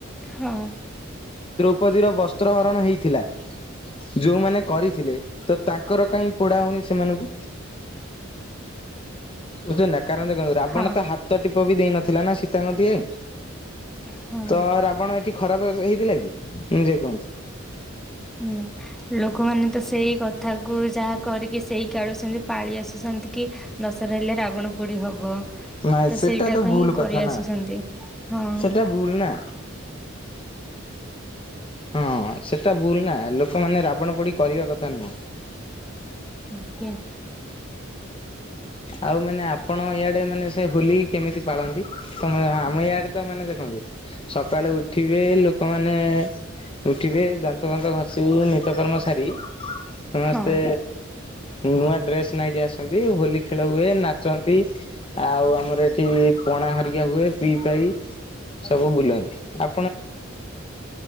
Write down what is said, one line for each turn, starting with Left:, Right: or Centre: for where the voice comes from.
Centre: ହଁ।
Left: ଦୋର୍ପତି ର ବସ୍ତ୍ର ହରଣ ହେଇଥିଲା ଯୋଉଁମାନେ କରିଥିଲେ ତ ତାଙ୍କର କାଇଁ ପୋଡା ହଉନି ସେମାନଙ୍କୁ? ବୁଝୁଛନ୍ତି ନା କାରଣ ଦେଖନ୍ତୁ ରାବଣ
Centre: ହଁ ହଁ
Left: ତ ହାତ ଟିପ ବି ଦେଇ ନଥିଲା ନା ସୀ ତାଙ୍କ ଦିହେ
Centre: ହଁ।
Left: ତ ରାବଣ ଏଠି ଖରାପ ହେଇଥିଲା କି ନିଜେ କୁହନ୍ତୁ?
Centre: ହୁଁ ଲୋ ଲୋକମାନେ ତ ସେଇ କଥାକୁ ଯାହା କରିକି ସେଇ କାଳୁ ସେମତି ପାଳି ଆସୁଛନ୍ତି କି ଦଶହରା ହେଲେ ରାବଣ ପୋଡି ହବ।
Left: ନାଇଁ ସେଟା
Centre: ସେଇଟାକୁ
Left: ତ ଭୁଲ
Centre: ହିଁ
Left: କଥା
Centre: କରି ଆସୁଛନ୍ତି
Left: ନା
Centre: ହଁ
Left: ସେଟା ଭୁଲ ନା। ହଁ। ସେଟା ଭୁଲ ନା। ଲୋକମାନେ ରାବଣ ପୋଡି କରିବା କଥା ନୁହଁ।
Centre: ଆଜ୍ଞା
Left: ଆଉ ମାନେ ଆପଣ ଇଆଡେ ମାନେ ସେ ହୋଲି କେମିତି ପାଳନ୍ତି? ଆମ ଇାଆଡେ ତ ମାନେ ଦେଖ ସକାଳେ ଉ ଉଠିବେ ଲୋକମାନେ ଉଠିବେ ଦାନ୍ତ ଫାନ୍ତ ଘଷି ନିତକର୍ମ ସା ସାରି, ସମସ୍ତେ
Centre: ହଁ
Left: ନୂଆ ଡ୍ରେସ ନେଇକି ଆସନ୍ତି। ହୋଲି ଖେଳ ହୁଏ ନାଚନ୍ତି। ଆଉ ଆମର ଏଠି ପଣା ହେରିକା ହୁଏ ପିଇପାଈ ସବୁ ବୁଲନ୍ତି। ଆ